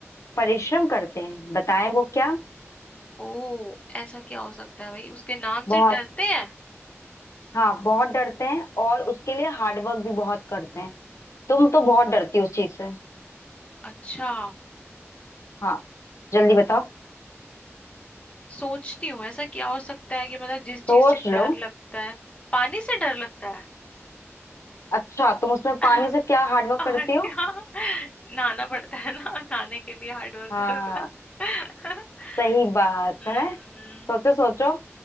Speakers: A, on the left (about 85°); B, on the left (about 25°).
A: परिश्रम करते हैं बताएं वो क्या
B: ओ ऐसा क्या हो सकता है भाई उसके नाम से
A: बहुत
B: डरते हैं
A: हाँ बहुत डरते हैं और उसके लिए हार्डवर्क भी बहुत करते हैं तुम तो बहुत डरती हो उस चीज से
B: अच्छा
A: हाँ जल्दी
B: हम्म
A: बताओ
B: सोचती हूँ ऐसा क्या हो सकता है कि मतलब जिस चीज
A: सोच
B: से डर
A: लो
B: लगता है पानी से डर लगता है
A: अच्छा तुम उसमें
B: <laughs>
A: पानी से क्या हार्डवर्क
B: और
A: करती
B: क्या
A: हो
B: नहाना पड़ता है ना नहाने के लिए हार्ड वर्क
A: हाँ
B: होता है <laughs>
A: सही बात
B: हम्म,
A: है सोचो सोचो